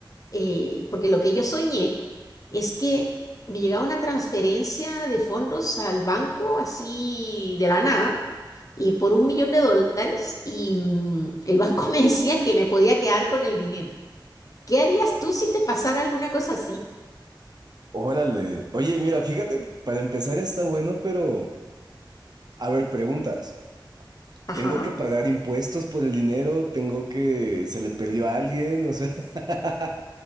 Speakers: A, on the left; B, on the right.
A: eh, porque lo que yo soñé es que me llegaba una transferencia de fondos al banco así de la nada y por un millón de dólares y mm, el banco <laughs> me decía que me podía quedar con el dinero. ¿Qué harías tú si te pasara alguna cosa así?
B: Órale. Oye, mira, fíjate, para empezar está bueno, pero a ver, preguntas.
A: Ajá.
B: ¿Tengo que pagar impuestos por el dinero? ¿Tengo que se le perdió a alguien? O sea, <laughs>